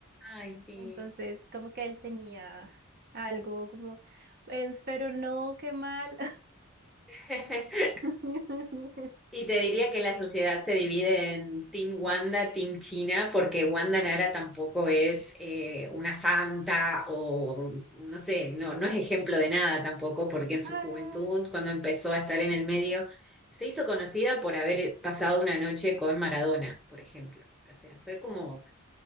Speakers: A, in the centre; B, on the right (about 45°).
A: Ay, sí.
B: Entonces, como que él tenía algo como, pues, pero no, qué mal.
A: <laughs>
B: <laughs>
A: Y te diría que la sociedad se divide en Team Wanda, Team China, porque Wanda Nara tampoco es eh, una santa o no sé, no, no es ejemplo de nada tampoco, porque en su
B: Ay,
A: juventud, cuando empezó a estar en el medio, se hizo conocida por haber pasado una noche con Maradona, por ejemplo. O sea, fue como